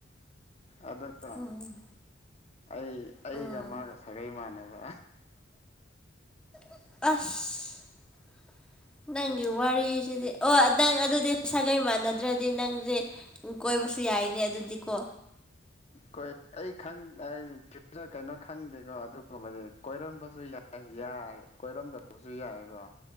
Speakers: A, on the left; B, in the centre.
A: ꯑꯗꯨꯗꯣ
B: ꯎꯝ
A: ꯑꯩ ꯑꯩꯒ
B: ꯎꯝ
A: ꯃꯥꯒ ꯁꯥꯒꯩ ꯃꯥꯟꯅꯕ
B: ꯑꯁ ꯅꯪꯒꯤ ꯋꯥꯔꯤꯁꯤꯗꯤ ꯑꯣ ꯅꯪ ꯑꯗꯨꯗꯤ ꯁꯥꯒꯩ ꯃꯥꯟꯅꯗ꯭ꯔꯗꯤ ꯅꯪꯖꯦ ꯀꯣꯏꯕꯁꯨ ꯌꯥꯏꯅꯦ ꯑꯗꯨꯗꯤꯀꯣ
A: ꯀꯣꯏ ꯑꯩ ꯈꯪ ꯑꯩ ꯐ꯭ꯌꯨꯆꯔ ꯀꯩꯅꯣ ꯈꯪꯗꯦꯀꯣ ꯑꯗꯨꯒꯨꯝꯕꯗꯤ ꯀꯣꯏꯔꯝꯕꯁꯨ ꯌꯥꯏ ꯌꯥꯏ ꯀꯣꯏꯔꯝꯗꯕꯁꯨ ꯌꯥꯏꯀꯣ